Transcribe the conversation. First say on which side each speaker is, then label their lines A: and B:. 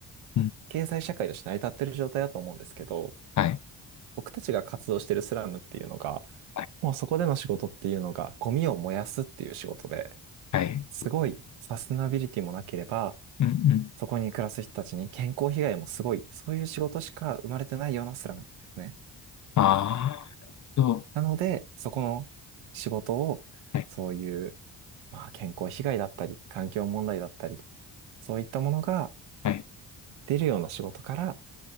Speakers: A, on the left; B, on the right.
A: うん。
B: 経済社会として成り立ってる状態だと思うんですけど、
A: はい、
B: 僕たちが活動してるスラムっていうのが、
A: はい。
B: もうそこでの仕事っていうのがゴミを燃やすっていう仕事で、
A: はい
B: すごいサステナビリティもなければ、
A: うんうん。
B: そこに暮らす人たちに健康被害もすごい、そういう仕事しか生まれてないようなスラムですね。
A: ああ、そ
B: なので、そこの仕事を、
A: う。はい。
B: そういう、まあ、健康被害だったり、環境問題だったり、そういったものが
A: はい。
B: 出るような仕事から、